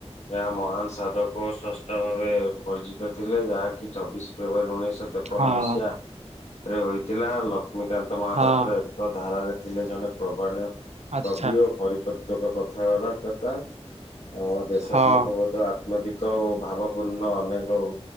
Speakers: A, on the left; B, on the right.
A: ଏହା ମହାନ୍ ସାଧକ ଓ ସସ୍ ସନ୍ଥ ଭାବେ ବର୍ଜିତ ଥିଲେ ଯାହାକି ଚବିଶ ଫେବୃୟାରୀ ଉଣେଇଶହ ତେପନ
B: ହଁ
A: ମସିହା ରେ ହୋଇଥିଲା ଲକ୍ଷ୍ମୀକାନ୍ତ ମହାପାତ୍ର
B: ହଁ
A: ଏକ ଧାରାରେ ଥିଲେ ଜଣେ ପ୍ରବଣୀୟ
B: ଆଚ୍ଛା
A: କବି ଓ ପରିପତ୍ୱକ କଥାବାର୍ତ୍ତା କଥା ଓ ଦେଶାତ୍ମକ
B: ହଁ
A: ବୋଧ ଆ ଧ୍ୟାତ୍ମିକ ଓ ଭାବପୂର୍ଣ୍ଣ ଅନେକ ଓ